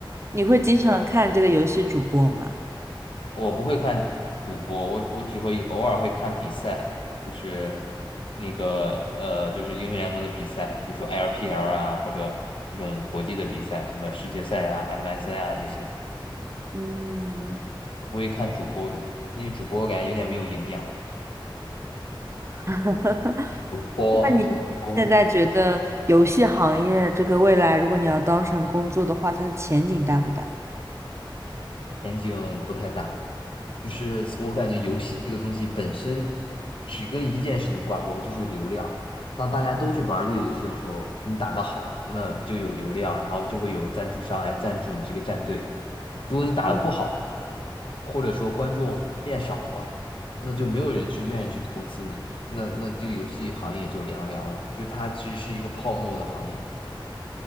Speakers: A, on the right; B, on the left.
A: 你会经常看这个游戏主播吗？
B: 我不会看主播，我我只会偶尔会看比赛，就是那个呃，就是英雄联盟的比赛，比如说 LPL 啊，或者这种国际的比赛，什么世界赛呀、MSI 啊这些，
A: 嗯，
B: 我不会看主播的，因为主播我感觉有点没有营养。
A: <laughs>
B: 主播主播
A: 那你现在觉得游戏行业这个未来，如果你要当成工作的话，它的前景大不大？
B: 前景不太大。就是我感觉游戏这个东西本身只跟一件事情挂钩，就是流量。当大家都去玩这个游戏的时候，你打得好，那就有流量，然后就会有赞助商来赞助你这个战队。如果你打得不好，
A: 嗯。
B: 或者说观众变少了，那就没有人去愿意去投资你，那那这个游戏行业就凉凉了，就是它其实是一个泡沫的行业。